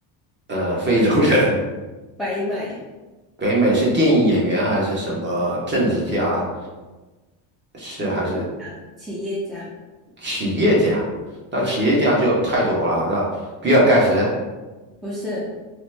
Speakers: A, on the right; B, in the centre.
A: 呃非洲人？
B: 对北美
A: <laughs> 北美是电影演员还是什么政治家？是还是
B: 嗯啊企业家，
A: 企业家？那企业家就太多了。
B: 对，
A: 那比尔盖茨
B: 不是，